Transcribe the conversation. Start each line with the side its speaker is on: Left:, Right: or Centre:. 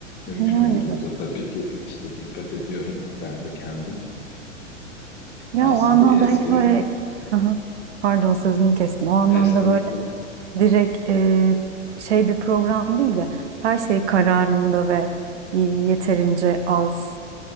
Left: Mümkün
Right: Yani
Left: olduğunca
Right: öyle.
Left: tabii ki işte dikkat ediyorum. Ben de kendim
Right: ya
Left: aslında
Right: o anlamda
Left: eski
Right: hani böyle Hı hı. pardon sözünü kestim. O anlamda
Left: esnafım.
Right: böyle direkt e, şey bir program değil de her şey kararında ve yeterince az